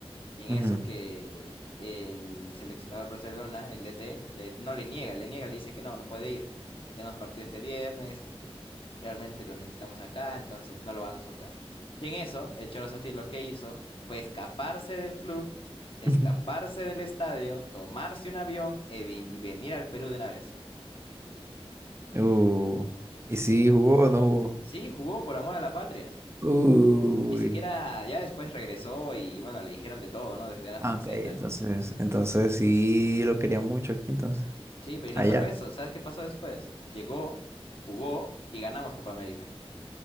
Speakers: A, on the left; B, on the right.
A: Y en
B: Ujú.
A: eso que el seleccionador de Barcelona, el DT, le- no le niega, le niega, le dice que no, no puede ir, que tenemos partido este viernes y que realmente lo necesitamos acá, entonces no lo van a soltar. Y en eso, el Cholo Sotil lo que hizo fue escaparse del club, escaparse
B: <laughs>
A: del estadio, tomarse un avión y, ven- y venir al Perú de una vez.
B: Uh, ¿y si
A: Que
B: jugó o no jugó?
A: sí, jugó por amor a la patria.
B: Uy.
A: Ni siquiera, ya después regresó y bueno, le dijeron de todo, ¿no? Desde A
B: ah,
A: hasta la
B: ok,
A: Z.
B: entonces. Entonces, sí lo quería mucho aquí entonces.
A: Sí, pero y no
B: Allá.
A: solo eso, ¿sabes qué pasó después? Llegó, jugó y ganamos Copa América.